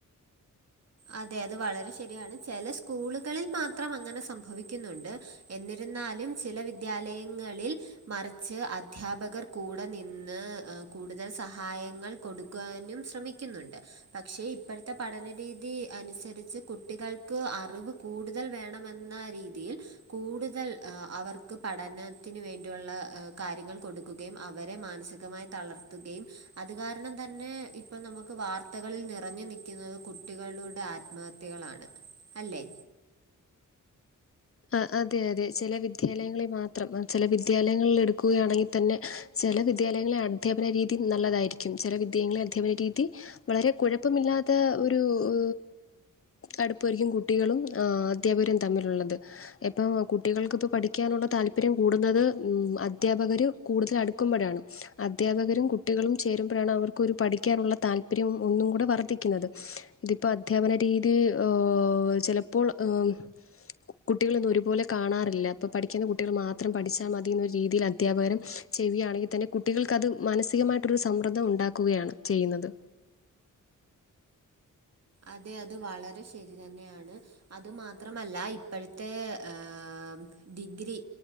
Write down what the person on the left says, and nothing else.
ആഹ് അതെ അതെ ചെല വിദ്യാലയങ്ങളി മാത്രം അചെല വിദ്യാലയങ്ങളിലെടുക്കുകയാണെങ്കി തന്നെ ചെല വിദ്യാലയങ്ങളെ അധ്യപന രീതി നല്ലതായിരിക്കും ചെല വിദ്യായങ്ങളെ അധ്യാപന രീതി വളരെ കുഴപ്പമില്ലാത്ത ഒരു അ് അടുപ്പായിരിക്കും കുട്ടികളും ഏഹ് അധ്യാപകരും തമ്മിലുള്ളത്. ഇപ്പൊ കുട്ടികൾക്ക്പ്പോ പഠിക്കാനുള്ള താല്പര്യം കൂടുന്നത് ഉഹ് അദ്ധ്യാപകര് കൂടുതലടുക്കുമ്പൊഴാണ്. അധ്യാപകരും കുട്ടികളും ചേരുമ്പൊഴാണ് അവർക്കൊരു പഠിക്കാനുള്ള താല്പര്യം ഒന്നും കൂടെ വർദ്ധിക്കുന്നത്. ഇതിപ്പോ അധ്യാപന രീതി ഓഹ് ചെലപ്പോൾ ഏഹ് കുട്ടികളൊന്നും ഒരുപോലെ കാണാറില്ല. അപ്പൊ പഠിക്കുന്ന കുട്ടികൾ മാത്രം പഠിച്ചാ മതി എന്നൊരു രീതീൽ അധ്യാപകരും ചെയ്യാണെങ്കി തന്നെ കുട്ടികൾക്കത് മാനസികമായിട്ടൊരു സമ്മർദ്ദം ഉണ്ടാക്കുകയാണ് ചെയ്യുന്നത്.